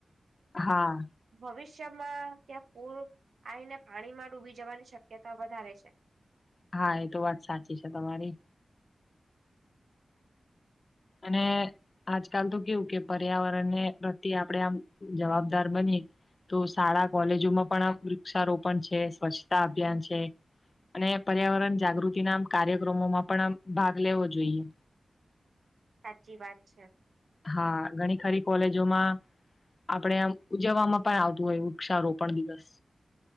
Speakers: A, on the left; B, on the right.
A: હા,
B: ભવિષ્યમા, ત્યાં પૂર આવીઈને પાણીમાં ડૂબી જવાની શક્યતા વધારે છે.
A: હા, એ તો વાત સાચી છે. તમારી અને આજકાલ, તો કેવુ કે પર્યાવરણને પ્રત્યે આપણેે આમ જવાબદાર બની તો શાળા કોલેજોમાં પણ આ વૃક્ષારોપણ છે, સ્વચ્છતા અભિયાન છે. અને પર્યાવરણ જાગૃતિ ના કાર્યક્રમોમાં પણ આ ભાગ લેવો જોઈએ.
B: સાચી વાત છે.
A: હા, ઘણી ખરી કોલેજોમા આપણેે આ ઉજવવામાં પણ આવતું હોય વૃક્ષારોપણ દિવસ